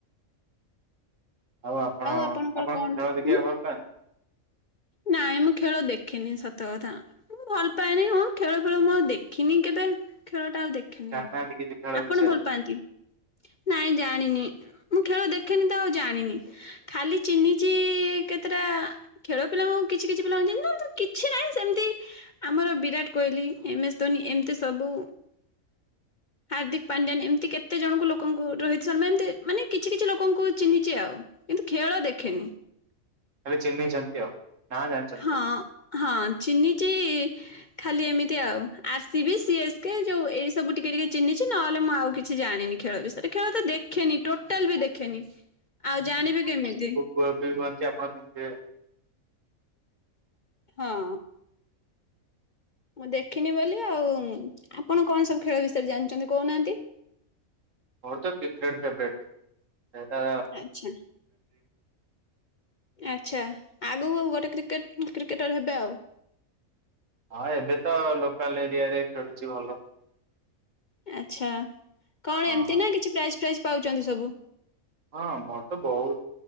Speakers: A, on the right; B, on the left.
A: ଆଉ ଆପଣ,
B: ଆପଣଙ୍କର
A: ଆପଣ
B: କଣ
A: ଖେଳ ଦେଖିବାକୁ
B: ଉଁ
A: ଭଲ ପାଆନ୍ତି?
B: ନାଇଁ ମୁଁ ଖେଳ ଦେଖେନି, ସତ କଥା। ମୁଁ ଭଲ ପାଏନି। ହଁ ଖେଳ, ଫେଳ ମୁଁ ଆଉ ଦେଖିନି କେବେ। ଖେଳ ଟା ଆଉ ଦେଖି ଖିନି
A: ଜାଣିନାହାନ୍ତି
B: ଆଉ।
A: କିଛି ଖେଳ
B: ଆପଣ
A: ବିଷୟରେ
B: ଭଲ ପାଆନ୍ତି? ନାଇଁ ଜାଣିନି। ମୁଁ ଖେଳ ଦେଖେନି ତ ଆଉ ଜାଣିନି। ଖାଲି ଚିନିଛିି କେତେଟା-' ଖେଳ ପିଲାଙ୍କୁ କିଛି କିଛି ପିଲାଙ୍କୁ ଚିହ୍ନିଛି। ସେଥିରେ କିଛି ନାହିଁ ସେମିତି ଆମର ବିରାଟ କୋହିଲି, ଏମ୍ ଏସ୍ ଧୋନି ଏମିତି ସବୁ ହାର୍ଦ୍ଦିକ ପାଡି୍ୟାନ୍। ଏମିତି କେତେ ଜଣଙ୍କୁ ଲୋକଙ୍କୁ ରୋହିତ ଶର୍ମା ଏମିତି ମାନେ କିଛି କିଛି ଲୋକଙ୍କୁ ଚିଞ୍ଚିଚି ଆଉ। କିନ୍ତୁ ଖେଳ ଦେଖେନି।
A: ହେଲେ ଚିଞ୍ଚିଛନ୍ତି ଆଉ, ନାଁ ଜାଣିଛନ୍ତି। ଖାଲି।
B: ହଁ ହଁ, ଚିହ୍ନିଚି ଖାଲି ଏମିତି ଆଉ, ଆର୍ସିବି, ସିଏସ୍କେ ଯୋଉ ଏଇ ସବୁ ଟିକେ ଟିକେ ଚିହ୍ନିଛି ନହେଲେ ମୁଁ ଆଉ କିଛି ଜାଣିନି। ଖେଳ ବିଷୟରେ। ଖେଳ ତ ଦେଖେନି, ଟୋଟାଲ୍ ବି ଦେଖେନି। ଆଉ ଜାଣିବି କେମିତି?
A: କୁହା କୁହି, ହୁଅନ୍ତି ଆପଣ ଶୁଣିଥିବେ?
B: ହଁ। ମୁଁ ଦେଖିନି ବୋଲି ଆଉ। ଆପଣ କଣ ସବୁ ଖେଳ ବିଷୟରେ ଜାଣିଛନ୍ତି କହୁନାହାନ୍ତି?
A: ମୋର ତ କିକ୍ରେଟ ଫେଭୋରାଇଟ୍ <inaudible>
B: ଆଚ୍ଛା ଆଚ୍ଛା। ଆଗକୁ ଗୋଟେ କ୍ରିକେଟ୍, କ୍ରିକେଟର ହେବେ ଆଉ?
A: ହଁ ଏବେ ତ ଲୋକାଲ୍ ଏରିଆରେ ଖେଳୁଛି ଭଲ।
B: ଆଚ୍ଛା। କଣ
A: ହଁ
B: ଏମିତି ନା କିଛି ପ୍ରାଇଜ୍, ଫାଇଜ୍ ପାଉଛନ୍ତି ସବୁ?
A: ହଁ ମୋର୍ ତ ବୋହୁତ୍